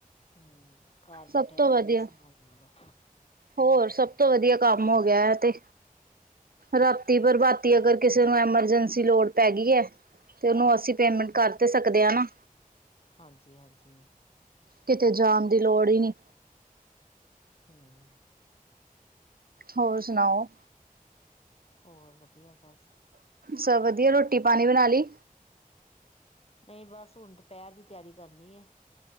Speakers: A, on the left; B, on the right.
A: ਹੂੰ ਘਰ
B: ਸਭ
A: ਬੈਠੇ
B: ਤੋਂ
A: ਕੋਈ
B: ਵਧੀਆ
A: ਵੀ ਸਮਾਨ ਮੰਗਾਲੋ।
B: ਹੋਰ ਸਭ ਤੋਂ ਵਧੀਆ ਕੰਮ ਹੋ ਗਿਆ ਐ ਤੇ ਰਾਤੀ ਪਰਬਾਤੀ ਅਗਰ ਕਿਸੇ ਨੂੰ ਐਮਰਜੈਂਸੀ ਲੋੜ ਪੈ ਗਈ ਐ। ਤੇ ਉਨੂੰ ਅਸੀਂ ਪੇਮੈਂਟ
A: ਹਮ
B: ਕਰ ਤੇ ਸਕਦੇ ਆ ਨਾ।
A: ਹਾਂਜੀ, ਹਾਂਜੀ।
B: ਕਿਤੇ ਜਾਨ ਦੀ ਲੋੜ ਈ ਨੀ।
A: ਹੈ।
B: ਹੋਰ ਸੁਨਾਔ।
A: ਹੋਰ ਵਧੀਆ ਬਸ
B: ਸਭ ਵਧੀਆ ਰੋਟੀ ਪਾਨੀ ਬਨਾ ਲਈ।
A: ਨਹੀਂ ਬਸ ਹੁਨ ਦੁਪਹਿਰ ਦੀ ਤਿਆਰੀ ਕਰਨੀ ਐ